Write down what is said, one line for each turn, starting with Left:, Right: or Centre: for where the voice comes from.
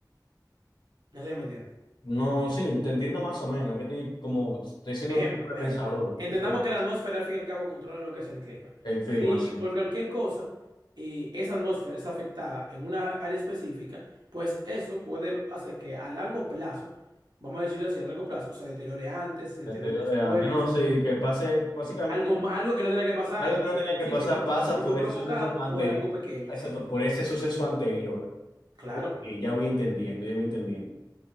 Right: No sé si me entiendes.
Left: No, sí, te entiendo más o menos. Que te, como estoy siendo
Right: Ejemplo,
Left: tu
Right: ejemplo,
Left: pensador,
Right: ejemplo. Entendamos
Left: es lo que
Right: que
Left: pasa.
Right: la atmósfera al fin y al cabo controla lo que es el clima.
Left: El clima,
Right: Si
Left: sí.
Right: por cualquier cosa eh, esa atmósfera es afectada en una área específica, pues eso puede hacer que a largo plazo, vamos a decirlo así, a largo plazo, se deteriore antes, se
Left: Te-
Right: deteriore
Left: te digo
Right: después,
Left: de antes. No, sí, que pase básicamente
Right: algo, ma- algo que no tenía que pasar
Left: Algo
Right: en un
Left: que no
Right: tiempo
Left: tenía
Right: específico
Left: que pasar pasa
Right: y
Left: por
Right: fue provocado
Left: ese suceso anterior.
Right: por algo pequeño.
Left: Exacto, por ese suceso anterior.
Right: Claro.
Left: Ok, ya voy entendiendo, ya voy entendiendo.